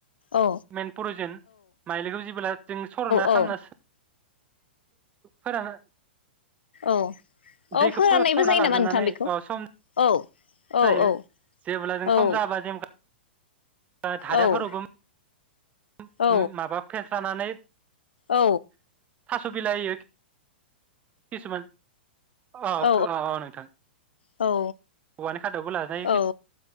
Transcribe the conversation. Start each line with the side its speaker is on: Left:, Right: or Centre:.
Left: औ
Right: मेन पुरुजेन माइलिखौ जेब्ला जों सर'ना
Left: औ
Right: खालामनी फोरान
Left: औ औ
Right: दैखौ
Left: फोराननायबो
Right: फ सरना
Left: जायो
Right: लाग्रोनानै
Left: नामा नोंथां बेखौ
Right: सम
Left: औ औ
Right: जायो
Left: औ
Right: जेब्ला जों
Left: औ
Right: सम जाबा जेना धारयाफोराबी
Left: औ
Right: हम
Left: औ
Right: माबाब थांनानै थास'
Left: औ
Right: बिलाइ हीयी किसुमान अ
Left: औ
Right: अ नोंथां
Left: औ
Right: औवानि खादायावबो लाजायो
Left: औ
Right: खि